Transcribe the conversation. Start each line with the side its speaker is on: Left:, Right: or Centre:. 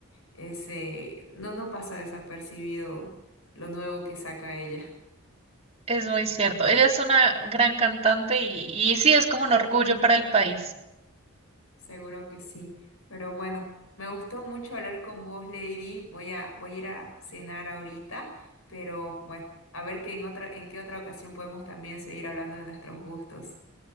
Left: es, es, eh, no, no pasa desapercibido lo nuevo que saca ella.
Right: Es muy cierto. Ella es una gran cantante y, y sí, es como un orgullo para el país.
Left: Seguro que sí. Pero bueno, me gustó mucho hablar con vos, Lady. Voy a, voy a ir a cenar ahorita, pero bueno, a ver que en otra, en qué otra ocasión podemos también seguir hablando de nuestros gustos.